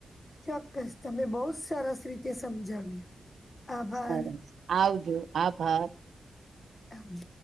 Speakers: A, on the left; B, on the right.
A: ચોક્કસ તમે બહુ જ સરસ રીતે સમજાવ્યું આભાર
B: સરસ આવજો આભાર
A: એજ